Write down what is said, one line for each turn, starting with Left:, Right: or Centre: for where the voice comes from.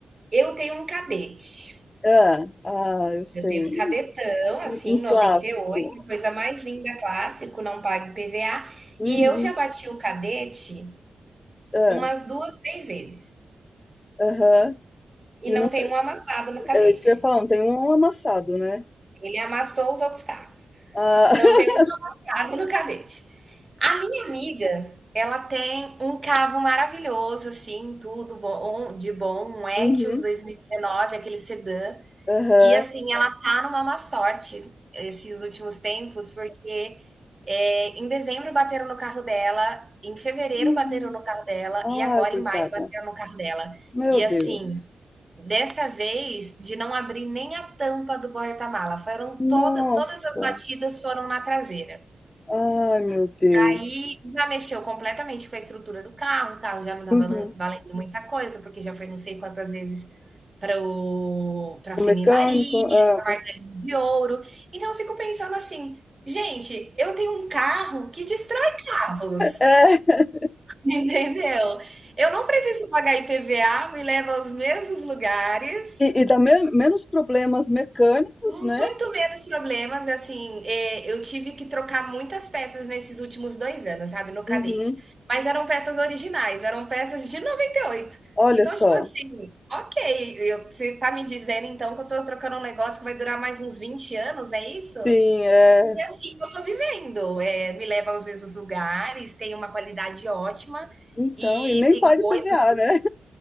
Right: Eu tenho um cadete.
Left: Hã. Ah, eu sei.
Right: Eu tenho um cadetão, assim,
Left: Um um
Right: noventa
Left: clássico.
Right: e oito, coisa mais linda, clássico, não paga IPVA.
Left: Uhum.
Right: E eu já bati o cadete
Left: ah,
Right: Umas 2 3 vezes.
Left: Aham.
Right: E
Left: E
Right: não
Left: não fe
Right: tem um amassado no cadete.
Left: é isso que eu ia falar, não tem um amassado, né.
Right: Ele amassou os outros carros.
Left: Ah.
Right: Não
Left: <laughs>
Right: tem um amassado no cadete. A minha amiga, ela tem um carro maravilhoso, assim, tudo bom, de bom, um Etios
Left: Uhum.
Right: 2019, aquele sedã.
Left: Aham.
Right: E assim, ela tá numa má sorte esses últimos tempos, porque é, em dezembro bateram no carro dela, em fevereiro
Left: Hum.
Right: bateram no carro dela,
Left: Ai,
Right: e agora
Left: coitada.
Right: em maio bateram no carro dela.
Left: Meu
Right: E
Left: Deus.
Right: assim, Dessa vez, de não abrir nem a tampa do porta-mala, foram toda
Left: Nossa.
Right: todas as batidas foram na traseira.
Left: Ai, meu Deus.
Right: Aí já mexeu completamente com a estrutura do carro, o carro já não estava
Left: Uhum.
Right: valen valendo muita coisa, porque já foi não sei quantas vezes para o para
Left: O
Right: funilaria,
Left: mecânico ah, <laughs>
Right: de ouro. Então eu fico pensando assim, gente, eu tenho um carro que destrói carros,
Left: É.
Right: <laughs> entendeu? Eu não preciso pagar IPVA, me leva aos mesmos lugares
Left: E e dá men menos problemas mecânicos,
Right: Muito
Left: né.
Right: menos problemas, assim, é, eu tive que trocar muitas peças nesses últimos dois anos, sabe, no cadete.
Left: Uhum.
Right: Mas eram peças originais, eram peças de noventa e oito
Left: Olha
Right: Então,
Left: só.
Right: tipo assim, ok, eu- você tá me dizendo então que eu tô trocando um negócio que vai durar mais uns 20 anos, é isso?
Left: Sim, é.
Right: E assim, eu tô vivendo, é, me leva aos mesmos lugares, tem uma qualidade ótima
Left: Então,
Right: e
Left: e nem
Right: tem
Left: paga
Right: coisas.
Left: IPVA, né.